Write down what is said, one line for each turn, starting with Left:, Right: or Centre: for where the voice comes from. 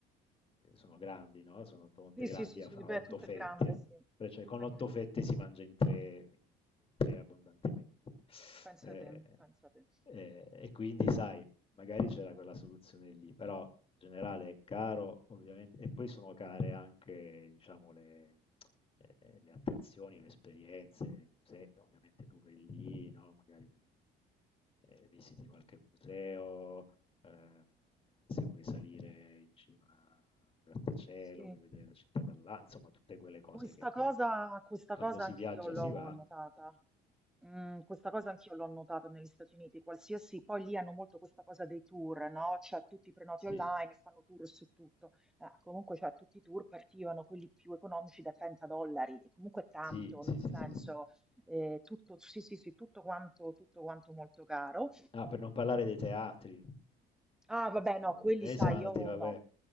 Left: Ehm, sono grandi, no, sono tonde,
Centre: sì,
Left: grandi
Centre: sì, sì, sì,
Left: a f a
Centre: beh,
Left: 8
Centre: tutto
Left: fette,
Centre: è grande, sì,
Left: però cioè
Centre: tutto
Left: con
Centre: è
Left: 8
Centre: grande.
Left: fette si mangia in 3 in 3 abbondantemente.
Centre: Pensa
Left: Ehm,
Centre: te, pensa te.
Left: ehm, e quindi sai, magari c'era quella soluzione lì, però in generale è caro ovviamente e poi sono care anche diciamo le ehm, le attrazioni, le esperienze, i musei, ovviamente tu vai lì, no, magari, ehm, visiti qualche museo Ehm, se vuoi salire in cima a un grattacielo
Centre: Sì.
Left: per vedere la città da là, insomma tutte quelle cose
Centre: Questa
Left: che
Centre: cosa,
Left: poi
Centre: questa
Left: quando
Centre: cosa
Left: si
Centre: anche
Left: viaggia
Centre: io l'ho
Left: si va.
Centre: notata. Mm, questa cosa anch'io l'ho notata negli Stati Uniti, qualsiasi, poi lì hanno molto questa cosa dei tour, no? Cioè tutti i prenoti
Left: Sì,
Centre: online, fanno tour su tutto. Eh, comunque, cioè, tutti i tour partivano, quelli più economici, da 30 dollari, e comunque è tanto,
Left: sì, sì,
Centre: nel senso,
Left: sì, sì, sì.
Centre: eh, tutto, sì, sì, sì, tutto quanto, tutto quanto molto caro.
Left: Ah, per non parlare dei teatri.
Centre: Ah, vabbè, no,
Left: Eh, vabbè,
Centre: quelli
Left: noi
Centre: sai,
Left: siamo
Centre: io
Left: andati, vabbè,
Centre: no,